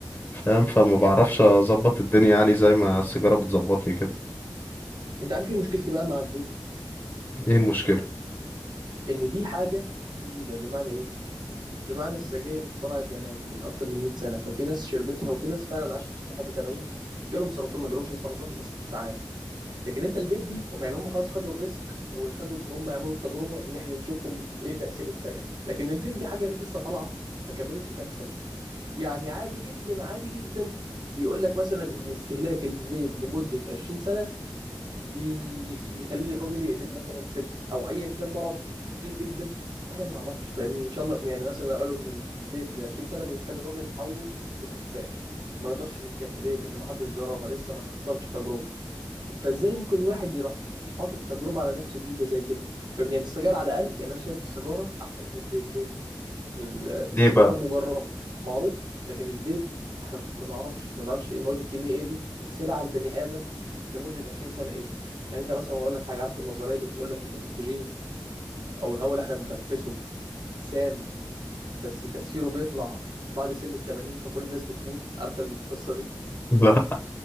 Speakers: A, on the left; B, on the right.
A: فاهم فما بعرفش اظبط الدنيا يعني زي ما السيجارة بتظبطني كده
B: انت عارف ايه مشكلتي بقى مع الفيب
A: ايه المشكلة
B: ان دي حاجه جديده بمعنى ايه بمعنى السجاير اخترعت زمان من اكتر من 100 سنه ففي ناس شربتها وفي ناس فعلا عاشت لحد 80 جالهم سرطان ما جالهمش سرطان بس عاشوا لكن انت الفيب دي يعني هم خلاص خدوا الريسك وخدوا ان هم يعملوا التجربه ان احنا نشوفهم ايه تاثير السجاير لكن الفيب دي حاجه لسه طالعه ما كملتش كام سنه يعني عادي جدا عادي جدا يقول لك مثلا ان استهلاك الفيب لمده 20 سنه بيخ- بيخلي الراجل يقلب مثلا ست او ايا كان مرض اكستريم جدا احنا ما نعرفش فاهمني ان شاء الله يعني مثلا لو قالوا ان الفيب ل 20 سنه بيخلي الراجل يتحول لخفاش ما نقدرش ننكرها ليه لان ما حدش جربها لسه ما تحصلش تجربه فازاي ممكن واحد يروح حاطط تجربه على نفسه جديده زي كده فاهمني يعني السجاير على الاقل يعني انا شايف السيجاره احسن من الفيب ليه ال-
A: ليه
B: السيجاره
A: بقى
B: مجربه معروفه لكن الفيب احنا ما نعرفش ما نعرفش ايه المواد الكيميائيه دي تاثيرها على البني ادم لمده 20 سنه ايه يعني انت مثلا اقول لك حاجه عارف النظريه اللي بتقول لك ان الاكسجين او الهواء اللي احنا بنتنفسه سام بس تاثيره بيطلع بعد سن ال 80 فكل الناس بتموت عارف القصه دي
A: <laughs> لا